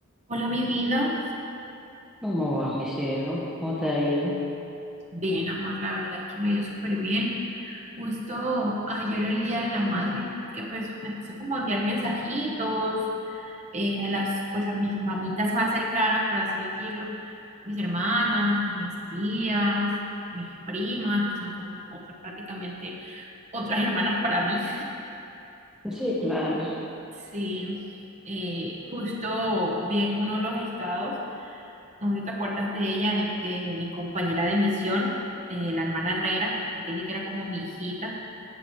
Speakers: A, on the right; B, in the centre.
A: Hola, mi vida.
B: ¿Cómo vas, mi cielo? ¿Cómo te ha ido?
A: Bien, amor, la verdad es que me dio súper bien. Justo ayer el Día de la Madre, que pues me puse como a enviar mensajitos eh, a las, pues a mis mamitas más cercanas, por así decirlo. Mis hermanas, mis tías, mis primas, que son como otras, prácticamente otras hermanas para mí.
B: Sí, claro.
A: Sí, eh, justo vi en uno de los estados. No sé si te acuerdas de ella, de, de mi compañera de misión, eh, la hermana Herrera, que te dije que era como mi hijita.